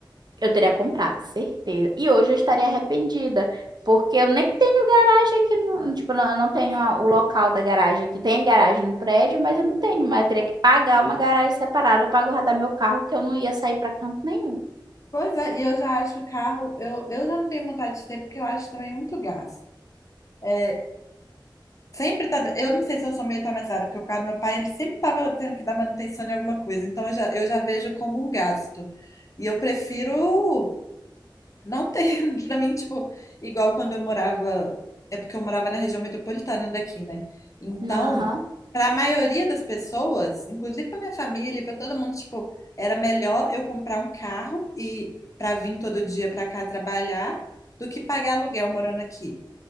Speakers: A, on the right; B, on the left.
A: Eu teria comprado, certeza. E hoje eu estaria arrependida, porque eu nem tenho garagem aqui, no, tipo, não- eu não tenho a- o local da garagem aqui. Tem garagem no prédio, mas eu não tenho, mas eu teria que pagar uma garagem separada para guardar meu carro, que eu não ia sair para canto nenhum.
B: Pois é, e eu já acho o carro, eu, eu já não tenho vontade de ter, porque eu acho também muito gasto. É, sempre tá, eu não sei se eu sou meio traumatizada, porque o carro do meu pai, ele sempre tava tendo que dar manutenção em alguma coisa, então eu já, eu já vejo como um gasto. E eu prefiro Não tem, <laughs> pra mim, tipo, igual quando eu morava, é porque eu morava na região metropolitana daqui, né? Então,
A: Aham,
B: pra maioria das pessoas, inclusive pra minha família, e pra todo mundo, tipo, era melhor eu comprar um carro e pra vir todo dia pra cá trabalhar do que pagar aluguel morando aqui.